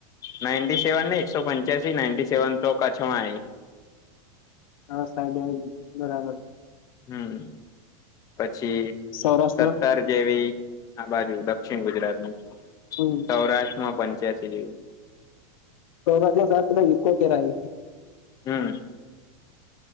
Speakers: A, on the left; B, on the left.
A: નાી સેવન ને એકસો પંચ નાઇન્ટટી સેવન તો કચછમાં
B: હા સાહેબ આવી બરાબર
A: હમ પછી
B: સૌરાષ્ટ્રમાં
A: સત્સર જેવી આ બાજુ દક્ષિણ ગુજરાત માં
B: હમ
A: સૌરાષ્ટ્રમાં પણ જય શ્રી દવ
B: ચો સા કો કેરા
A: હમ